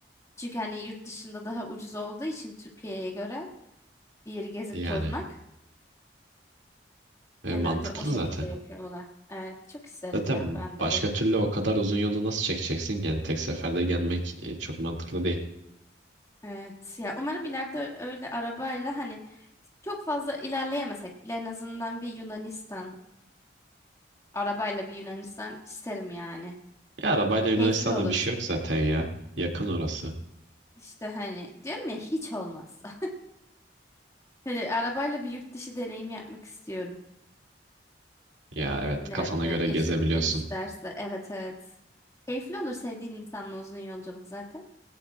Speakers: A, on the left; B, on the right.
A: Çünkü hani yurt dışında daha ucuz olduğu için Türkiye'ye göre bir yeri gezip
B: Yani
A: tozmak
B: e,
A: genelde
B: mantıklı
A: o şekilde
B: zaten.
A: yapıyorlar. Evet, çok isterim
B: Zaten
A: ya ben de
B: başka
A: bir.
B: türlü o kadar uzun yolu nasıl çekeceksin? ki? Yani tek seferde gelmek e, çok mantıklı değil.
A: Evet ya umarım ileride öyle arabayla hani çok fazla ilerleyemesek bile en azından bir Yunanistan arabayla bir Yunanistan isterim yani.
B: Ya arabayla Yunanistan'da
A: Keyifli olur
B: bir şey
A: çünkü.
B: yok zaten ya. Yakın orası.
A: İşte hani diyorum ya hiç olmazsa. <laughs> Hani arabayla bir yurt dışı deneyim yapmak istiyorum.
B: Ya evet
A: İleride
B: kafana göre
A: eşim
B: gezebiliyorsun.
A: de isterse. Evet evet. Keyifli olur sevdiğin insanla uzun yolculuk zaten.